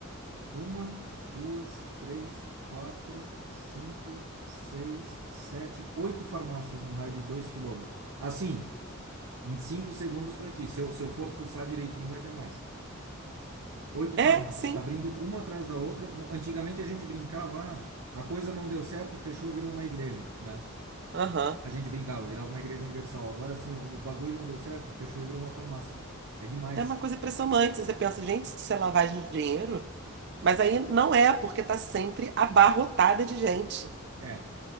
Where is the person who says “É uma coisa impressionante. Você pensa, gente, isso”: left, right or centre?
Right